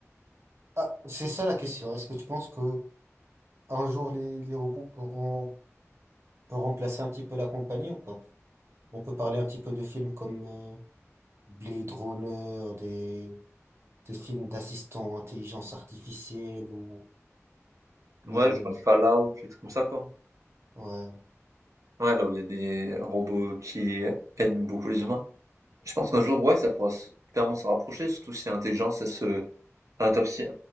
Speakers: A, on the right; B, on the right.
A: Ah, c'est ça la question. Est-ce que tu penses que un jour les, les robots pourront pourront remplacer un petit peu la compagnie ou pas? On peut parler un petit peu de films comme euh, Blade Runner, des, des films d'assistants, intelligence artificielle ou la,
B: Ouais,
A: la-
B: genre les Fallout, les trucs comme ça, quoi.
A: ouais,
B: Ouais, là où il y a des robots qui aiment beaucoup les humains. Je pense qu'un jour, ouais, ça pourra se clairement se rapprocher, surtout si l'intelligence, elle se l'intelligence heu,